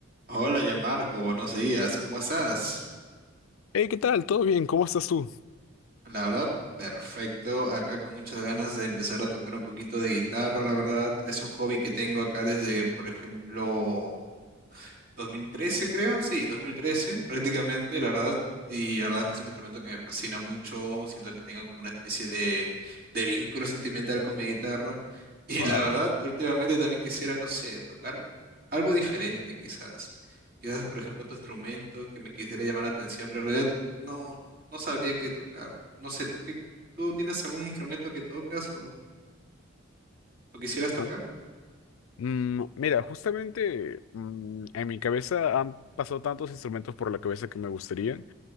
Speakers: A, on the right; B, on the left.
A: Hola, ya Marco, buenos días, ¿cómo estás?
B: Hey, ¿qué tal? ¿Todo bien? ¿Cómo estás tú?
A: La verdad, perfecto, acá con muchas ganas de empezar a tocar un poquito de guitarra, la verdad, es un hobby que tengo acá desde, por ejemplo, 2013 creo, sí, 2013 prácticamente, la verdad. Y la verdad es que es un instrumento que me fascina mucho, siento que tengo como una especie de, de vínculo sentimental con mi guitarra. <laughs> Y
B: Ah,
A: la verdad, últimamente también quisiera, no sé, tocar algo diferente quizás. Quizás, por ejemplo, otro instrumento que me quisiera llamar la atención, pero en realidad no, no, no sabría qué tocar. No sé, ¿tú qué, tú tienes algún instrumento que tocas o, o quisieras tocar?
B: oh, mm, mira, justamente mm, en mi cabeza han pasado tantos instrumentos por la cabeza que me gustarían